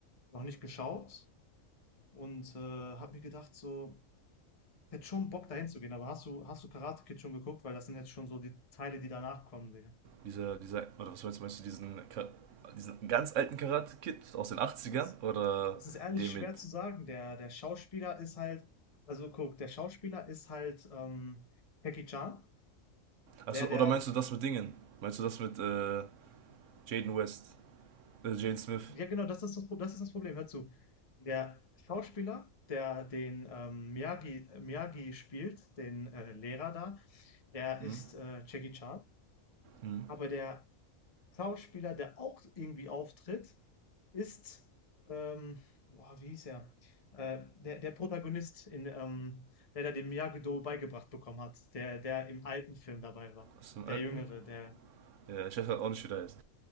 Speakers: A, on the left; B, on the right.
A: Noch nicht geschaut und äh, habe mir gedacht, so, ich hätte schon Bock dahin zu gehen, aber hast du, hast du Karate Kid schon geguckt? Weil das sind jetzt schon so die Teile, die danach kommen, Digga.
B: Dieser, dieser, oder was meinst du, meinst du diesen, Ka- diesen ganz alten Karate-Kid aus den Achtzigern
A: Das,
B: Oder
A: das ist ehrlich
B: den
A: schwer
B: mit,
A: zu sagen. Der, der Schauspieler ist halt, also guck, der Schauspieler ist halt ähm, Jackie Chan. Der,
B: achso,
A: der,
B: oder meinst du das mit Dingen? Meinst du das mit äh, Jaden West, äh, Jaden Smith?
A: ja genau, das ist das, Pro- das ist das Problem. Hör zu. Der Schauspieler, der den ähm, Miyagi, Miyagi spielt, den äh, Lehrer da, der ist
B: Hm?
A: äh, Jackie Chan.
B: Hm?
A: Aber der Schauspieler, der auch irgendwie auftritt, ist, ähm, boah, wie hieß er? Äh, der, der Protagonist, in, ähm, der da den Miyagi-Do beigebracht bekommen hat, der, der im alten Film dabei war.
B: Aus dem
A: Der
B: alten?
A: Jüngere, der,
B: Ja, ich weiß halt auch nicht, wie der heißt.